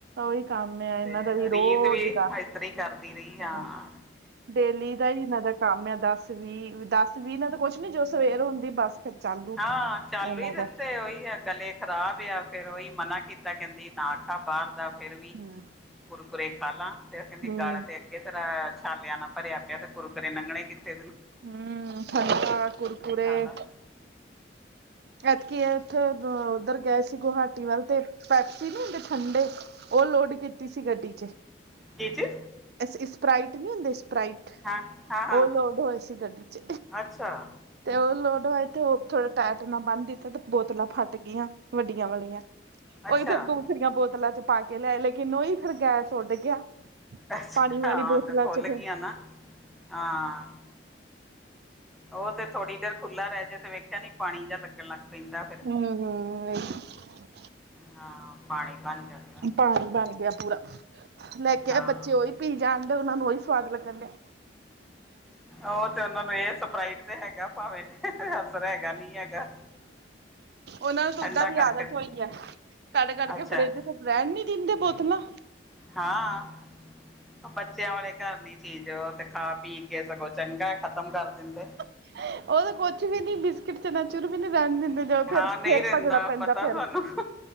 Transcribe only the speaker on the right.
ਉਹੀ ਕੰਮ ਆ ਇਹਨਾਂ
ਦਾ ਵੀ ਰੋਜ਼
ਦਾ
ਹਾਂ
ਡੇਲੀ ਦਾ ਹੀ, ਇਹਨਾਂ ਦਾ ਕੰਮ ਆ, ਦਸ -ਵੀਹ ਦਸ -ਵੀਹ ਇਹਨਾਂ ਦਾ ਕੁਛ ਜੋ ਸਵੇਰ ਹੁੰਦੀ ਬਸ। ਫਿਰ ਚਾਲੂ
ਇਹਨਾਂ
ਦਾ
ਹਮ
ਹਮ
ਹਮ, ਠੰਡਾ ਕੁਰਕਰੇ
ਐਦਕੀ ਉੱਥੇ ਉੱਧਰ ਗਏ ਸੀ, ਗੁਹਾਟੀ ਵੱਲ ਤੇ ਪੈਪਸੀ ਨਈ ਹੁੰਦੇ ਠੰਡੇ ਉਹ ਲੋਡ, ਕੀਤੀ ਸੀ ਗੱਡੀ ਚ
ਸਪਰਾਾਈਟ, ਨਹੀਂ ਹੁੰਦੇ ਸਪ੍ਰਈਟ
ਉਹ ਲੋਡ, ਹੋਏ ਸੀ ਗੱਡੀ ਚ
ਤੇ ਉਹ ਲੋੜ ਹੈ, ਥੋੜਾ ਉਹ ਥੋੜੇ ਟਾਈਟ ਬੰਨ ਦਿੱਤਾ ਤੇ, ਬੋਤਲਾਂ ਫਟ ਗਈਆਂ ਵੱਡੀਆਂ ਵਾਲੀਆਂ।
ਉਹੀ ਫੇਰ, ਦੂਸਰੀਆਂ ਬੋਤਲਾਂ ਚ ਪਾ ਕੇ, ਲੇਕਿਨ ਉਹੀ ਫਿਰ ਗੈਸ ਉੱਡ ਗਿਆ।
ਪਾਣੀ ਵਾਲੀ
ਬੋਤਲਾਂ
ਚ ਫਿਰ
ਹੂ ਹੂ
ਪਾਣੀ ਬਣ ਗਿਆ ਪੂਰਾ, ਮੈਂ ਕਿਹਾ,
ਬੱਚੇ ਉਹੀ ਪੀ ਜਾਣਦੇ ਉਹਨਾ ਨੂੰ ਉਹੀ ਸਵਾਦ ਲੱਗਣ ਡਿਆ।
ਓਨਾਂ ਨੂੰ ਸੂਝਦਾ
ਵੀ
ਆਦਤ
ਹੋਈ ਐ, ਕਾੱਢ-ਕਾੱਢ ਕੇ
ਫਰਿੱਜ ਰੈਨ ਨੀ ਦਿੰਦੇ ਬੋਤਲਾਂ।
ਓ ਤੇ ਕੁੱਛ ਵੀ ਨੀ ਬਿਸਕਿਟ ਚਨਾਚੁਰ ਵੀ ਨੀ ਰੈਨ ਦਿੰਦੇ। ਜਦੋਂ ਫੇਰ,
ਫੇਰ
ਭਜਣਾ ਪੈਂਦਾ
ਫੇਰ।
<inaudible>